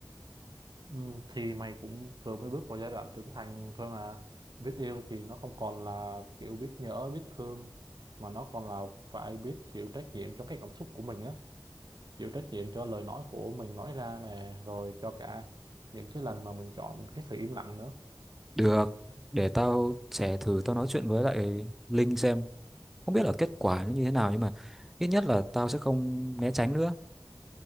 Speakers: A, on the right; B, in the centre.
A: Ừ, thì mày cũng vừa mới bước vào giai đoạn trưởng thành thôi mà. Biết yêu thì nó không còn là kiểu biết nhớ, biết thương, mà nó còn là phải biết chịu trách nhiệm cho cái cảm xúc của mình á, chịu trách nhiệm cho lời nói của mình nói ra nè, rồi cho cả những cái lần mà mình chọn cái sự im lặng nữa
B: được để tao sẽ thử tao nói chuyện với lại Linh xem không biết là kết quả nó như thế nào nhưng mà ít nhất là tao sẽ không né tránh nữa